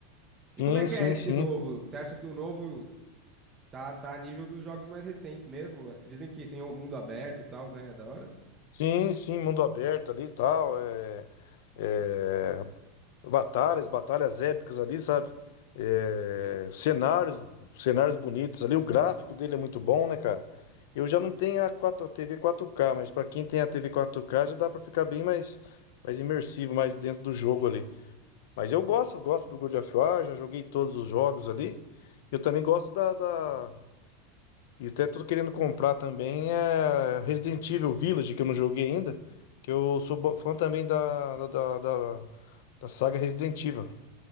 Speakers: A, on the right; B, on the left.
A: E
B: Sim,
A: como é que
B: sim,
A: é esse
B: sim.
A: novo? Você acha que o novo tá, tá a nível dos jogos mais recentes mesmo? Dizem que tem o mundo aberto e tal, né? É da hora?
B: Sim, sim, mundo aberto ali e tal. É, é, batalhas, batalhas épicas ali, sabe? É, cenários, cenários bonitos ali. O gráfico dele é muito bom, né, cara? Eu já não tenho a 4, TV 4K, mas pra quem tem a TV 4K já dá pra ficar bem mais, mais imersivo, mais dentro do jogo ali. Mas eu gosto, gosto do God of War, já joguei todos os jogos ali. Eu também gosto da, da... E até tô querendo comprar também é Resident Evil Village, que eu não joguei ainda, que eu sou bo- fã também da, da, da da- da saga Resident Evil.